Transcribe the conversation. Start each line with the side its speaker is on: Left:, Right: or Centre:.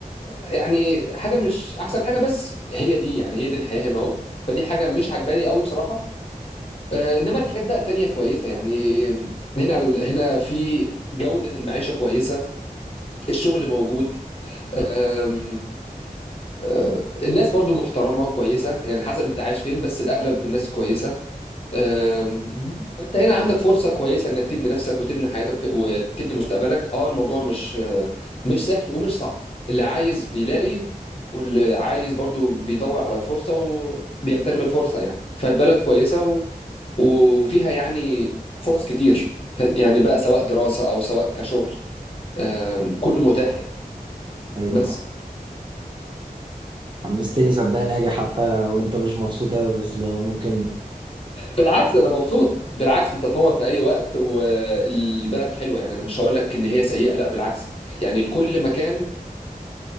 Left: يعني حاجه مش احسن حاجه بس هي دي يعني هي دي الحياه هنا اهو فدي حاجه مش عجباني قوي بصراحه آه، انما الحاجات بقى التانية كويسة يعني هنا هنا في جودة المعيشة كويسة الشغل موجود آم، آه، الناس برضو محترمة وكويسة يعني حسب انت عايش فين بس الأغلب الناس كويسة آم، فانت هنا عندك فرصة كويسة انك تبني نفسك وتبني حياتك وت- وتبني مستقبلك اه الموضوع مش آه، مش سهل ومش صعب اللي عايز بيلاقي واللي عايز برضو بيدور على الفرصة وبيغتنم الفرصة يعني فالبلد كويسة وفيها يعني فرص كتير ك- يعني بقى سواء دراسة أو سواء كشغل آم، كله متاح يعني
Right: أيوة
Left: بس
Right: صح حمستني صدقني أجي حتى وأنت مش مبسوط أوي بس لو ممكن
Left: بالعكس أنا مبسوط بالعكس أنت تنور في أي وقت والبلد حلوة يعني أنا مش هقول لك إن هي سيئة لا بالعكس يعني لكل مكان